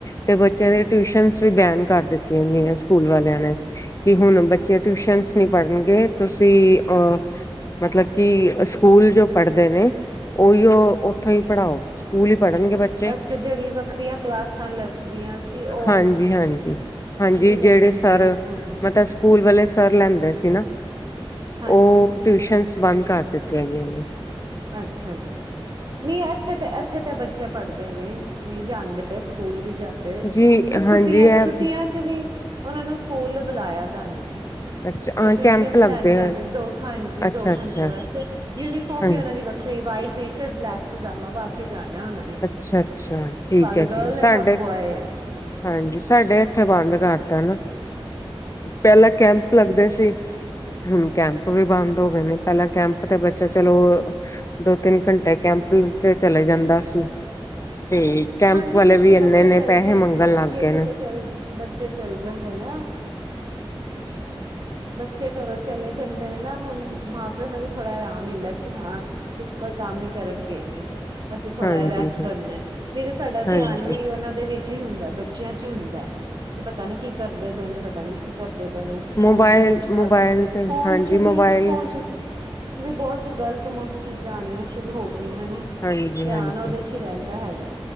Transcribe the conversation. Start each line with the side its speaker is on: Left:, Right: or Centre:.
Left: ਤੇ ਬੱਚਿਆਂ ਦੇ ਟਿਊਸ਼ਨ ਵੀ ਬੈਨ ਕਰ ਦਿੱਤੀਆਂ ਗਈਆਂ ਸਕੂਲ ਵਾਲਿਆਂ ਨੇ ਕਿ ਹੁਣ ਬੱਚੇ ਟਿਊਸ਼ਨ ਪੜ੍ਹਨਗੇ ਤੁਸੀਂ ਅ ਮਤਲਬ ਕਿ ਸਕੂਲ ਜੋ ਪੜ੍ਹਦੇ ਨੇ ਉਓਹੀ ਉੱਥੋਂ ਹੀ ਪੜ੍ਹਾਓ ਸਕੂਲ ਹੀ ਪੜ੍ਹਨਗੇ
Right: ਅੱਛਾ ਜਿਹੜੀ ਵੱਖਰੀਆਂ ਕਲਾਸਾਂ ਲੱਗਦੀਆਂ ਸੀ ਉਹ
Left: ਹਾਂਜੀ ਹਾਂਜੀ
Right: ਉਹ
Left: ਹਾਂਜੀ
Right: ਨੀ ਲੱਗਣਗੀਆਂ
Left: ਜਿਹੜੇ ਸਰ
Right: ਸਕੂਲੇ
Left: ਮਤਲਬ ਸਕੂਲ ਵਾਲੇ ਸਰ ਲੈਂਦੇ ਸੀ ਨਾ
Right: ਹਾਂਜੀ
Left: ਉਹ ਟਊਸ਼ਨ ਬੰਦ ਕਰ ਦਿੱਤੀਆਂ ਹੈ ਗ ਇਹ
Right: ਅੱਛਾ ਜੀ ਨਹੀਂ ਇੱਥੇ ਤੇ ਇੱਥੇ ਤੇ ਬੱਚੇ ਪੜ੍ਹਦੇ ਦਨੀ ਨਹੀਂ ਜਾਂਦੇ ਸਕੂਲ ਵੀ ਜਾਂਦੇ
Left: ਹਾਂਜੀ
Right: ਮਤਲਬ
Left: ਹਾਂਜੀ
Right: ਛੁੱਟੀਆਂ
Left: ਇਹ
Right: ਛੁੱਟੀਆਂ ਚ ਵੀ ਉਹਨਾਂ ਨੂੰ ਸਕੂਲ ਬੁਲਾਇਆ ਦਾ ਨੇ
Left: ਅੱਛਾ ਹਾਂ
Right: ਉਹ ਟਿਊਸ਼ਨ
Left: ਕੈਂਪ ਲੱਗਦੇ
Right: ਲੈਣ ਜਾਂਦੇ ਦੋ ਹਾਂਜੀ
Left: ਅੱਛਾ
Right: ਦੋ
Left: ਅੱਛਾ
Right: ਘੰਟੇ ਵਾਸੇ ਯੂਨੀਫੋਮ
Left: ਹਾਂਜੀ
Right: ਵੀ ਉਹਨਾਂ ਦੀ ਵੱਖਰੀ ਵਾਈਟ ਟੀ ਸ਼ਰਟ ਬਲੈਕ ਪਜਾਮਾ ਪਾ ਕੇ ਜਾਣਾ ਉਹਨਾਂ ਨੇ
Left: ਅੱਛਾ-ਅੱਛਾ ਠੀਕ
Right: ਭਾਵੇਂ ਗਰਲ
Left: ਜੀ ਸਾਡੇ
Right: ਹੈ ਭਾਵੇਂ ਬੋਆਏ ਹੈ
Left: ਹਾਂਜੀ ਸਾਡੇ ਇੱਥੇ ਬੰਦ ਕਰਤਾ ਨਾ ਪਹਿਲਾਂ ਕੈਂਪ ਲੱਗਦੇ ਸੀ ਹੁਣ ਕੈਂਪ ਵੀ ਬੰਦ ਹੋ ਗਏ ਨੇ ਪਹਿਲਾਂ ਕੈਂਪ ਤੇ ਬੱਚਾ ਚਲੋ ਦੋ ਤਿੰਨ ਘੰਟੇ ਕੈਂਪ ਤੇ ਚਲੇ ਜਾਂਦਾ ਸੀ ਤੇ ਕੈਂਪ
Right: ਹਾਂਜੀ
Left: ਵਾਲੇ
Right: ਕੁਛ
Left: ਵੀ ਇੰਨੇ-ਇੰਨੇ
Right: ਬੱਚੇ ਚੱਲ
Left: ਪੈਸੇ
Right: ਜਾਂ
Left: ਮੰਗਣ
Right: ਬੱਚੇ
Left: ਲੱਗ ਗਏ
Right: ਕਿਤੇ
Left: ਨੇ
Right: ਚੱਲ ਬੱਚੇ ਚੱਲ ਜਾਂਦੇ ਨਾ ਬੱਚੇ ਕਰੋ ਚਲੇ ਜਾਂਦੇ ਨੇ ਨਾ ਹੁਣ ਮਾਂ ਪਿਓ ਨੂੰ ਵੀ ਥੋੜ੍ਹਾ ਆਰਾਮ ਮਿਲਦਾ ਕਿ ਹਾਂ ਕਿਸ ਕੋਈ ਕੰਮ ਹੀ ਕਰਨਗੇਏ ਨੇ ਅਸੀਂ
Left: ਹਾਂਜੀ-ਹਾਂਜੀ
Right: ਥੋੜਾ ਜਹਾ ਰੈਸਟ ਕਰਨੀ ਹ ਨਹੀਂ ਤੇ ਸਾਡਾ
Left: ਹਾਂਜੀ-ਹਾਂਜੀ
Right: ਧਿਆਨ ਵੀ ਉਹਨਾਂ ਦੇ ਵਿੱਚ ਚ ਹੀ ਹੁੰਦਾ ਬੱਚਿਆਂ ਚ ਹੀ ਹੁੰਦਾ ਤੇ ਪਤਾ ਨੀ ਕੀ ਕਰਦੇ ਪੈਨ ਪਤਾ ਨੀ ਕੀ ਕਰਦੇ ਪਏ ਨੇ ਫੋਨ
Left: ਮੋਬਾਇਲ-ਮੋਬਾਇਲ
Right: ਚ ਕੁਛ ਗਲ
Left: ਤੇ
Right: ਫੋਨ
Left: ਹਾਂਜੀ
Right: ਚ ਵੀ
Left: ਮੋਬਾਇਲ
Right: ਫੋਨ ਚ ਵੀ ਬਹੁਤ ਗ਼ਲਤ ਮੁਫ਼ਤ ਚੀਜ਼ਾਂ ਆਉਣੀਆਂ ਸ਼ੁਰੂ ਹੋ ਨੇ ਧਿਆਨ
Left: ਹਾਂਜੀ-ਹਾਂਜੀ
Right: ਉਹਦੇ ਚ ਹੀ ਰਹਿੰਦਾ ਹੈਗਾ